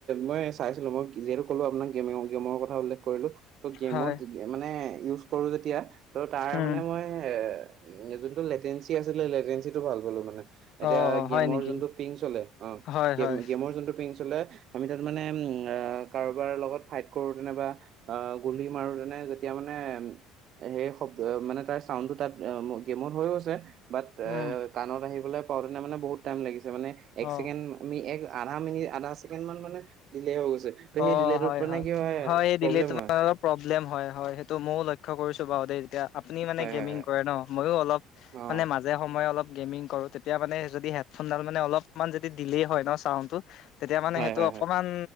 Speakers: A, on the right; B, on the left.
A: মই চাইছিলোঁ মই যিহেতু কলো আপোনাক গেম গেমৰ কথা উল্লেখ কৰিলো। ত' গেমত
B: হয়,
A: মানে ইউজ কৰো যেতিয়া ত' তাৰ
B: উম।
A: মানে মই এ উম, যোনটো লেটেঞ্চি আছিলে লেটেঞ্চিটো ভাল পালো মানে। এতিয়া
B: অ
A: গেমৰ
B: হয় নেকি
A: যোনটো পিং চলে অ',
B: হয়
A: গে
B: হয়
A: গেমৰ যোনটো পিং চলে আমি তাত মানে উম, আ কাৰোবাৰ লগত ফাইট কৰোতেনে বা আ, গুলি মাৰোতেনে যেতিয়া মানে সেই শব্দ মানে তাৰ চাউণ্ডটো তাত গেমত হৈ গৈছে বাট
B: উম
A: এ কাণত আহিবলৈ পাওঁতেনে মানে বহুত টাইম লাগিছে মানে
B: অ
A: এক চছেকেণ্ড আমি এক আধা মিনিট আধা ছেকেণ্ড মান মানে দিলে হৈ গৈছে ত'
B: অ
A: সেই দিলেতোত
B: হয়
A: মানে কি হয়
B: এই দিলে
A: প্ৰব্লেম
B: তোমাৰ
A: হয়।
B: অলপ প্ৰব্লেম হয় - হয়, সেইটো ময়ো লক্ষ্য কৰিছোঁ বাৰু দেই যেতিয়া আপুনি মানে
A: হয়
B: গেমিং
A: হয় হয়
B: কৰে ন' ময়ো অলপ
A: অ
B: মানে মাজে সময়ে অলপ গেমিং কৰো তেতিয়া মানে যদি হেডফোনডাল মানে অলপমান যদি দিলে হয় ন' চাউণ্ডটো তেতিয়া মানে
A: হয়
B: সেইটো
A: হয়
B: অকমান
A: হয়